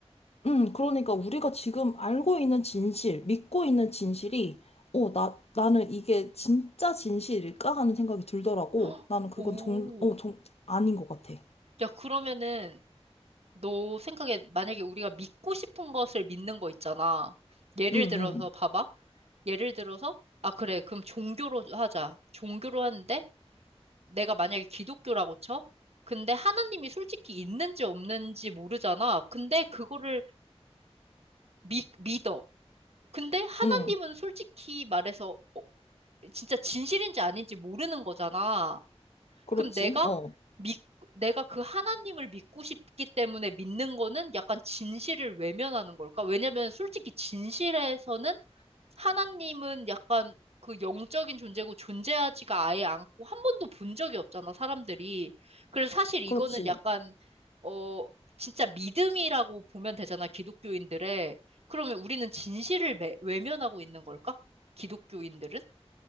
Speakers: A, on the left (about 70°); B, on the right (about 70°).
A: 음 그러니까 우리가 지금 알고 있는 진실, 믿고 있는 진실이 어 나 나는 이게 진짜 진실일까 하는 생각이 들더라고.
B: <gasps> 헉,
A: 나는 그건
B: 오.
A: 정, 어, 정 아닌 것 같아.
B: 야, 그러면은, 너 생각에, 만약에 우리가 믿고 싶은 것을 믿는 거 있잖아. 예를
A: 응,
B: 들어서,
A: 응,
B: 봐봐. 예를 들어서, 아, 그래. 그럼 종교로 하자. 종교로 하는데, 내가 만약에 기독교라고 쳐? 근데 하나님이 솔직히 있는지 없는지 모르잖아. 근데 그거를 믿, 믿어. 근데 하나님은
A: 응.
B: 솔직히 말해서 어, 진짜 진실인지 아닌지 모르는 거잖아.
A: 그렇지.
B: 그럼 내가
A: 어,
B: 믿, 내가 그 하나님을 믿고 싶기 때문에 믿는 거는 약간 진실을 외면하는 걸까? 왜냐면 솔직히 진실에서는 하나님은 약간 그 영적인 존재고 존재하지가 아예 않고 한 번도 본 적이 없잖아, 사람들이. 그래서 사실 이거는
A: 그렇지.
B: 약간, 어, 진짜 믿음이라고 보면 되잖아, 기독교인들의. 그러면 우리는 진실을 매- 외면하고 있는 걸까? 기독교인들은?